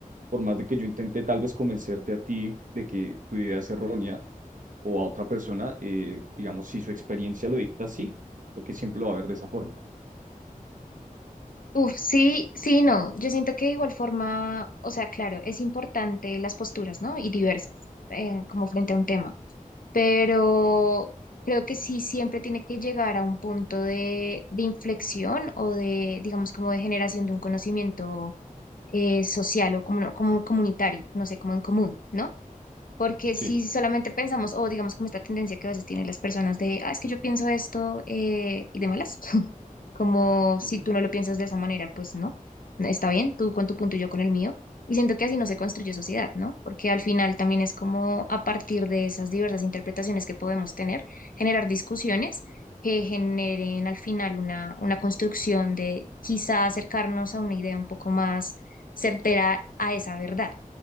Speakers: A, on the right; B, on the left.
A: por más de que yo intente tal vez convencerte a ti de que tu idea es errónea o a otra persona, eh, digamos, si su experiencia lo dicta así, lo que siempre lo va a ver de esa forma.
B: Uf, sí, sí, no, yo siento que de igual forma, o sea, claro, es importante las posturas, ¿no? Y diversas, eh, como frente a un tema, pero creo que sí siempre tiene que llegar a un punto de, de inflexión o de, digamos, como de generación de un conocimiento eh, social o como, como comunitario, no sé, como en común, ¿no? Porque
A: Sí.
B: si solamente pensamos, o digamos como esta tendencia que a veces tienen las personas de, ah, es que yo pienso esto eh, y de malas, <laughs> como si
A: Ujú.
B: tú no lo piensas de esa manera, pues no, no, está bien, tú con tu punto y yo con el mío. Y siento que así no se construye sociedad, ¿no? Porque al final también es como a partir de esas diversas interpretaciones que podemos tener, generar discusiones que generen al final una, una construcción de quizá acercarnos a una idea un poco más certera a esa verdad.